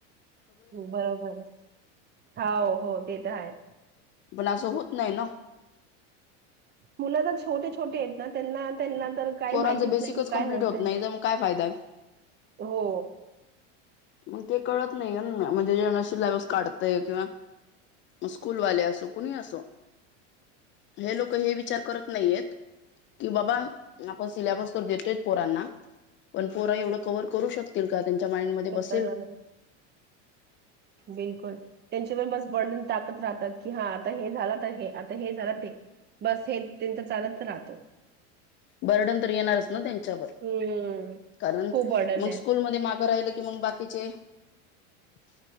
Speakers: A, on the right; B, on the left.
A: बरोबर हाव हो ते तर आहेच.
B: बलासं होत नाही ना
A: मुलं ना छोटे छोटे आहेत ना त्यांना त्यांना तर काही
B: पोरांचं
A: माहितीच
B: बेसिकच
A: नाही की
B: कम्प्लीट
A: काय होतंय.
B: होत नाही तर मग काय फायदा आहे.
A: हो
B: मग ते कळत नाही म्हणजे जेना सिलेबस काढतय किंवा स्कूलवाले असो कुणीही असो, हे लोक हे विचार करत नाहीयेत कि बाबा आपण सिलॅबस तर देतोय पोरांना पण पोरा एवढं कवर करू शक तील का? त्यांच्या माइंड मधे बस
A: कां झालं बिलकुल त्यां बणुन टाकत राहतात की हा आता हे झालं आता हे आता हे झालं ते बस हे त्यांच चालत राहतं
B: बर्डन तर येणारच ना त्यांच्यावर
A: हम्म
B: कारण
A: खूप बर्डन
B: मग
A: आहे
B: स्कूल मध्ये मागं राहिलं की मंग बाकीचे